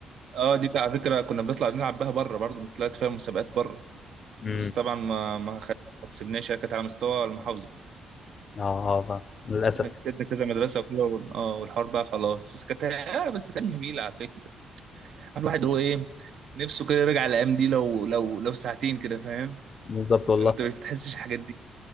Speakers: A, on the right (about 70°); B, on the left (about 45°).
A: اه دي على فكره كنا بنطلع نلعب بها بره برضه طلعت فيها مسابقات بره
B: امم
A: بس طبعا ما ما خ- ما كسبناش هي كانت على مستوى المحافظه
B: اه اه فاهم. للأسف
A: كنا كسبنا كذا مدرسه وكده وال- اه والحوار بقى خلاص بس كانت آه بس كان جميل على فكره الواحد هو ايه نفسه كده يرجع الايام دي لو لو لو ساعتين كده فاهم
B: بالظبط والله
A: ولا انت مش بتحسش الحاجات دي